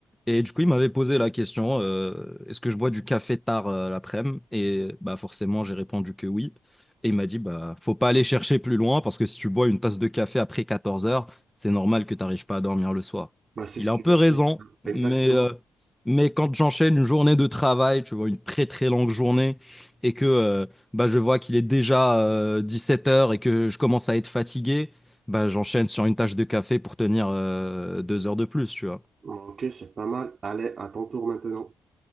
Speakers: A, in the centre; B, on the right.
A: Et du coup, il m'avait posé la question, euh, est-ce que je bois du café tard euh, l'après-midi? Et bah, forcément, j'ai répondu que oui. Et il m'a dit, bah, faut pas aller chercher plus loin, parce que si tu bois une tasse de café après 14 heures, c'est normal que tu n'arrives pas à dormir le soir.
B: bah, c'est
A: Il
B: ce
A: a
B: que
A: un peu
B: je
A: raison,
B: fais. Exactement.
A: mais, euh, mais quand j'enchaîne une journée de travail, tu vois, une très, très longue journée, et que euh, bah, je vois qu'il est déjà 17 heures et que je commence à être fatigué, bah, j'enchaîne sur une tasse de café pour tenir euh, deux heures de plus, tu vois.
B: Bon, ok, c'est pas mal. Allez, à ton tour maintenant.